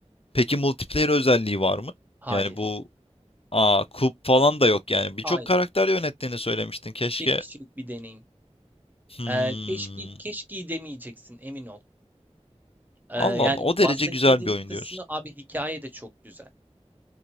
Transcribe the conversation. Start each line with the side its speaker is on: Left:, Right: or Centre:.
Left: peki multiplayer özelliği var mı?
Right: Hayır,
Left: Yani bu aa kup falan da yok yani. Birçok
Right: hayır.
Left: karakter yönettiğini söylemiştin. Keşke.
Right: Tek kişilik bir deneyim.
Left: Hmm.
Right: Ee, keşke keşke demeyeceksin emin ol. Ee,
Left: Allah
Right: yani
Left: Allah. O derece
Right: bahsetmediğim
Left: güzel bir oyun
Right: kısmı
Left: diyorsun.
Right: abi hikaye de çok güzel.